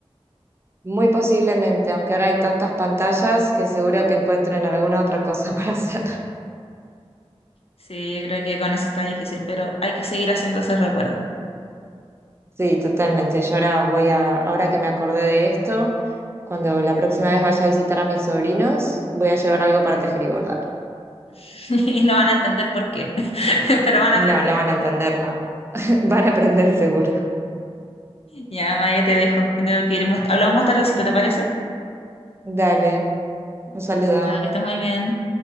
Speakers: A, on the right; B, on the left.
A: Muy posiblemente, aunque ahora hay tantas pantallas que seguro que encuentren alguna otra cosa <laughs> para hacer.
B: Sí, yo creo que con eso está difícil, pero hay que seguir haciendo esos recuerdos.
A: Sí, totalmente. Yo ahora voy a, ahora que me acordé de esto, cuando la próxima vez vaya a visitar a mis sobrinos, voy a llevar algo para tejer y bordar.
B: <laughs> Y no van a entender por qué, <laughs> pero van a aprender.
A: No, no van a entender nada. <laughs> Van a aprender seguro.
B: Ya, Maya, te dejo. Tengo que ir. más- Hablamos más tardecito, ¿te parece?
A: Dale, un saludo.
B: Chao, que estés muy bien.